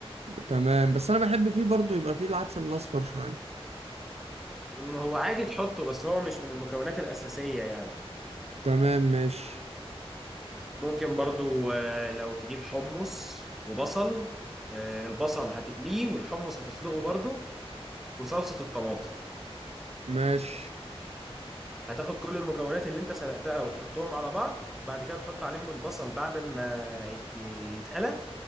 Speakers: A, on the right; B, in the centre.
A: تمام بس انا بحب فيه برضو يبقى فيه العدس الاصفر شويه
B: مم، هو عادي تحطه بس هو مش من المكونات الاساسيه يعني
A: تمام ماشي
B: ممكن برضو آه، لو تجيب حمص وبصل آه، البصل هتقليه والحمص هتسلقه برضو وصلصه الطماطم
A: ماشي
B: هتاخد كل المكونات اللي انت سلقتها وتحطهم على بعض بعد كده تحط عليهم البصل بعد ما يت- يتقلى